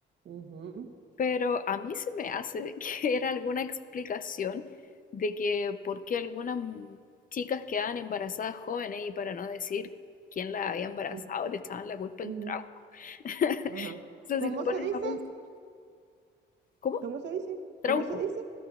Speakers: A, on the right; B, on the left.
A: ujú,
B: Pero a mí se me hace <laughs> que era alguna explicación de que por qué algunas mu- chicas quedaban embarazadas jóvenes y para no decir quién las había embarazado,
A: ujú,
B: le echaban la culpa
A: ujú,
B: al trauco. <laughs>
A: ajá.
B: O sea,
A: ¿Cómo
B: si te pones
A: se dice?
B: a pensar, ¿cómo?
A: ¿Cómo se dice?
B: Trauco,
A: ¿Cómo se dice?